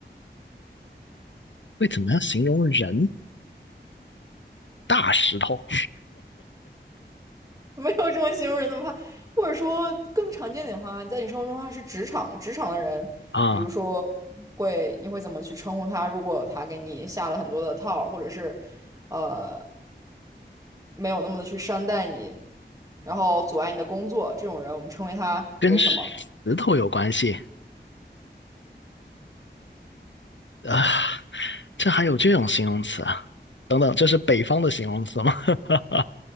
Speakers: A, on the left (about 80°); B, on the right (about 20°).
A: 会怎么样形容人？大石头
B: <laughs> 没有这么形容人的话，或者说更常见点的话，在你生活中的话是职场职场的人，
A: 啊，
B: 比如说会你会怎么去称呼他？如果他给你下了很多的套儿或者是呃没有那么的去善待你，然后阻碍你的工作，这种人我们称为他为什么？
A: 跟石头有关系。啊，这还有这种形容词啊？等等，这是北方的形容词吗？<laughs>